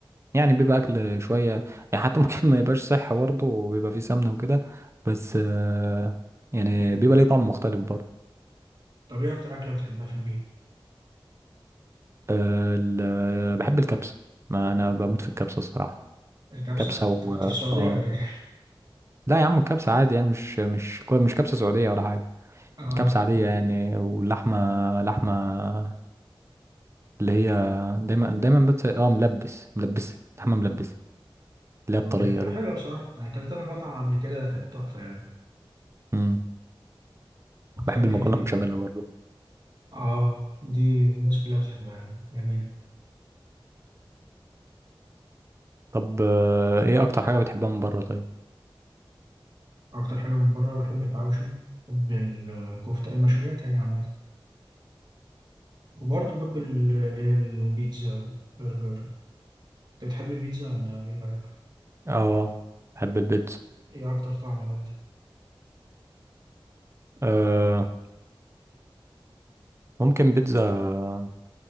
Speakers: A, on the right; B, on the right.
A: يعني بيبقى اكل شويه يعني حتى <laughs> ممكن ما يبقاش صحي برضه وبيبقى فيه سمنه وكده بس آه يعني بيبقى ليه طعم مختلف برضه
B: طب إيه أكتر أكلة بتحبها في البيت؟
A: آه ال- بحب الكبسه ما انا بموت في الكبسه الصراحه
B: الكبسة؟
A: كبسه
B: أنت
A: و
B: كنت في السعودية
A: آه
B: ولا إيه؟
A: لا يا عم الكبسه عادي يعني مش مش مش كبسه سعوديه ولا حاجه
B: <laughs> آه
A: كبسه عاديه يعني واللحمه لحمه اللي هي دايما دايما بس اه ملبس ملبس لحمة ملبس اللي
B: ما
A: هي الطرية
B: هي بتبقى
A: دي
B: حلوة بصراحة أنا أكلتها من مطعم قبل كده كانت تحفة يعني
A: امم
B: بتحب
A: بحب المكرونة
B: إيه تاني؟
A: بشاميل برضه
B: آه دي الناس كلها بتحبها جميلة
A: طب آه، ايه اكتر حاجة بتحبها من بره طيب
B: أكتر حاجة من بره بحب الحواوشي بحب الكفتة المشويات يعني عامة وبرضه باكل اللي هي البيتزا برجر انت بتحب البيتزا ولا ايه رأيك
A: اه بحب البيتزا
B: ايه اكتر طعم بقى بتحب
A: آه ممكن بيتزا